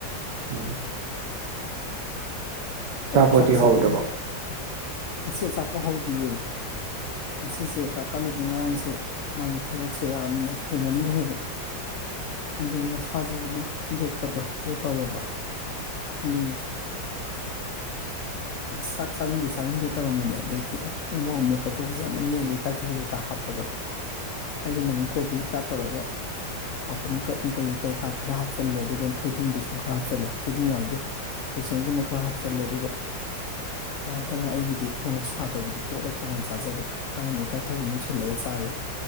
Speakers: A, on the right (about 70°); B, on the left (about 75°).
A: ꯎꯝ ꯑꯆꯥꯄꯣꯠꯇꯤ
B: ꯑꯣꯝ ꯆꯥꯛ ꯆꯥꯏ
A: ꯍꯧꯗ꯭ꯔꯕꯣ
B: ꯑꯦꯍꯦ ꯉꯁꯤ ꯑꯆꯥꯄꯣ ꯍꯧꯥꯎꯗ꯭ꯌꯦ ꯉꯁꯤꯁꯦ ꯀꯥꯀꯠꯂꯨꯗꯤꯦ ꯉꯔꯥꯡꯁꯦ ꯃꯥꯁꯦ ꯊꯕꯛꯁꯦ ꯌꯥꯝꯅ ꯍꯦꯟꯃꯟꯈ꯭ꯔꯦꯕ ꯑꯗꯒꯤ ꯃꯁꯥꯁꯤꯁꯨ ꯂꯤꯠ ꯊꯤꯟꯗꯣꯛꯄꯗꯣ ꯑꯗꯨ ꯇꯧꯔꯕ ꯑꯗꯒꯤ ꯆꯥꯛ ꯆꯥꯅꯤꯡꯗꯦ ꯆꯥꯅꯤꯡꯗꯦ ꯇꯧꯔꯝꯕꯅꯦ ꯑꯗꯩꯗꯤ ꯎꯃꯣꯡ ꯃꯦꯞꯄꯗꯨꯣ ꯐꯖꯅ ꯃꯦꯜꯂꯨ ꯏꯀꯥꯏꯊꯕꯤ ꯀꯩꯀꯥ ꯍꯥꯞꯄꯒ ꯑꯩꯒꯤ ꯅꯃꯨꯛ ꯀꯣꯕꯤ ꯀꯥ ꯇꯧꯔꯒ ꯃꯐꯝ ꯃꯀꯛꯅꯤ ꯀꯩ ꯀꯩꯀꯥ ꯈꯔ ꯍꯥꯞꯆꯜꯂꯦ ꯑꯗꯨꯒ ꯊꯣꯏꯗꯤꯡ ꯕꯦꯁꯣꯟ ꯈꯔ ꯍꯥꯞꯆꯜꯂꯦ ꯊꯣꯏꯗꯤꯡ ꯌꯥꯎꯗꯦ ꯕꯦꯁꯣꯟꯒꯨꯝꯕ ꯈꯔ ꯍꯥꯞꯆꯤꯜꯂꯦ ꯑꯗꯨꯒ ꯁꯨꯃꯥꯏꯅ ꯇꯧꯔꯒ ꯑꯩꯒꯤꯗꯤ ꯃꯣꯔꯣꯛ ꯁꯥꯗꯕꯤꯗ ꯇꯣꯠꯂ ꯇꯣꯉꯥꯟ ꯆꯥꯖꯔꯦ ꯃꯥꯅ ꯏꯀꯥꯏꯊꯕꯤ ꯅꯣꯏꯁꯤꯜꯂꯒ ꯆꯥꯔꯦ